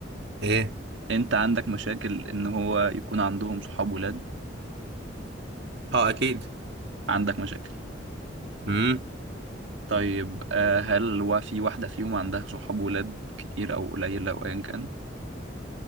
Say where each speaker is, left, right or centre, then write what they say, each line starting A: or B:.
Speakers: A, on the right; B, on the right.
A: ايه
B: انت عندك مشاكل ان هو يكون عندهم صحاب ولاد
A: اه اكيد
B: عندك مشاكل
A: امم
B: طيب آه، هل هو في واحدة فيهم عندها صحاب ولاد كتير أو قليلة أو أيا كان؟